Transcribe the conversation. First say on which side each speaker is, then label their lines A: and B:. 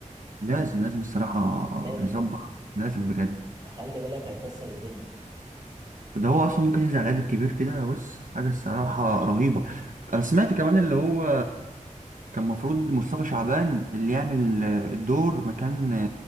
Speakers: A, on the right (about 75°); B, on the right (about 30°).
A: لازم لازم الصراحة
B: لازم
A: نظبط لازم بجد
B: خلي بالك هيكسر الدنيا
A: ده هو أصلا ممكن ينزل على العيد الكبير كده بص حاجة الصراحة رهيبة أنا سمعت كمان اللي هو كان مفروض مصطفى شعبان اللي يعمل الدور مكان